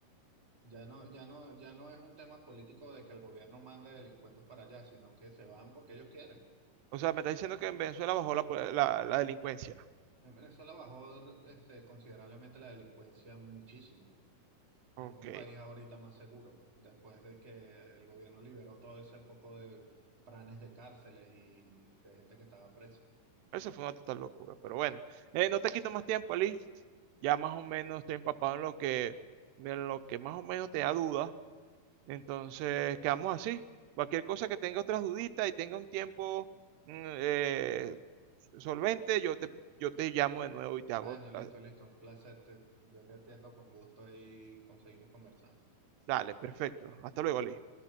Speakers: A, on the right; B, on the right.
A: Ya no, ya no, ya no es un tema político de que el gobierno mande delincuentes para allá, sino que se van porque ellos quieren.
B: O sea, me estás diciendo que en Venezuela bajó la, po- la la delincuencia.
A: En Venezuela bajó, este, considerablemente la delincuencia muchísimo.
B: Ok.
A: Es un país ahorita más seguro, después de que el gobierno liberó todo ese poco de planes de cárceles y de gente que estaba presa.
B: Eso fue una total locura, pero bueno, eh, no te quito más tiempo, Ali. Ya más o menos estoy empapado en lo que, en lo que más o menos te da dudas. Entonces, quedamos así. Cualquier cosa que tenga otras duditas y tenga un tiempo mm, eh, solvente, yo te, yo te llamo de nuevo y te hago.
A: Bueno, listo,
B: eh,
A: listo. Un placer. Te- yo te atiendo con gusto y conseguimos conversando.
B: Dale, perfecto. Hasta luego, Ali.